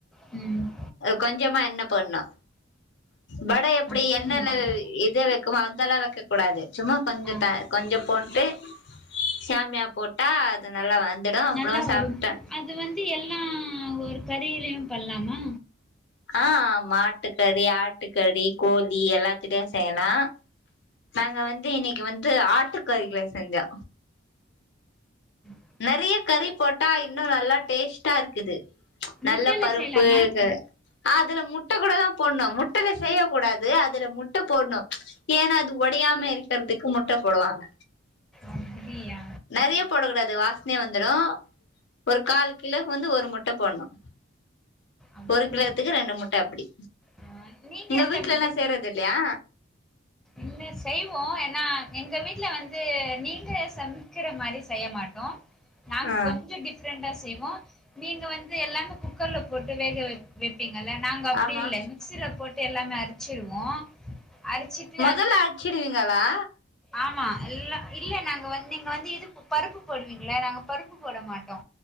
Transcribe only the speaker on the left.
கொஞ்சமா எண்ணெ போடனு வட எப்டி
எண்ணெய்ல இத வைக்குமோ அதெல்லா வைக்கக் கூடாது சும்மா கொஞ்சோ
த கொஞ்சோ போட்டு சாமியா போட்டா அது நல்லா வந்துடும் அப்றோ
சாப்ட்டே
அ மாட்டுக்கறி ஆட்டுக்கறி கோழி எல்லாத்தலையு செய்யலா நாங்க வந்து இன்னைக்கு வந்து ஆட்டுக்கறியில செஞ்சோ
நெறய கறி போட்டா இன்னும் நல்லா டேஸ்ட்டா இருக்குது ச்
நல்ல பருப்பு
க அதுல முட்ட கூட தான் போணும் முட்டல செய்ய கூடாது அதுல முட்ட போணும் ஏன்னா அது ஒடயாம இருக்றதுக்கு முட்ட போடுவாங்க
நெறயா போடக்கூடாது வாசனையா வந்துடும் ஒரு கால் கிலோக்கு வந்து ஒரு முட்ட போணும்
ஒரு கிலோத்துக்கு ரெண்டு முட்ட அப்டி
உங்க
வீட்ல
எல்லாம் செய்றது இல்லயா
ஆ
ஆமா
துல்ல அரச்சிடுவீங்களா